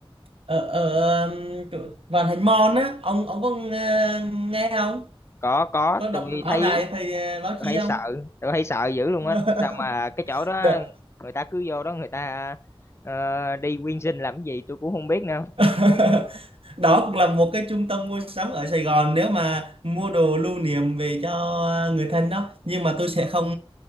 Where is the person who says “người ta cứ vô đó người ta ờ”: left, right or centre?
Left